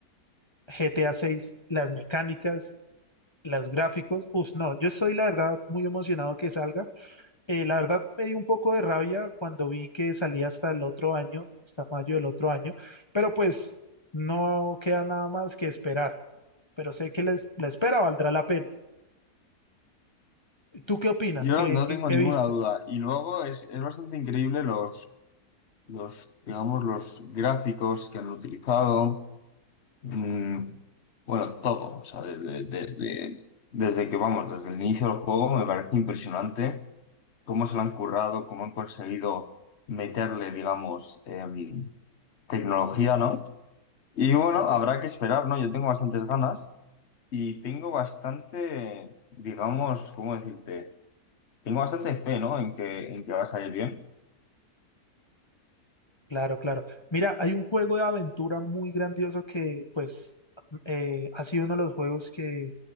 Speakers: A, on the left; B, on the left.
A: GTA 6, las mecánicas, los gráficos. Uf, no, yo estoy la verdad muy emocionado que salga. Eh, la verdad me dio un poco de rabia cuando vi que salía hasta el otro año, hasta mayo del otro año, pero pues no queda nada más que esperar, pero sé que les- la espera valdrá la pena. ¿Tú qué opinas?
B: Yo
A: ¿Qué,
B: no
A: qué,
B: tengo
A: qué
B: ninguna
A: viste?
B: duda. Y luego es, es bastante increíble los, los, digamos, los gráficos que han utilizado. Mm, bueno, todo, o sea, desde, desde, desde que vamos, desde el inicio del juego me parece impresionante cómo se lo han currado, cómo han conseguido meterle, digamos, em, tecnología, ¿no? Y bueno,
A: Sí,
B: habrá que esperar, ¿no? Yo tengo bastantes ganas y tengo bastante, digamos, ¿cómo decirte? Tengo bastante fe, ¿no? En que, en que va a salir bien.
A: claro, claro. Mira, hay un juego de aventura muy grandioso que pues eh, ha sido uno de los juegos que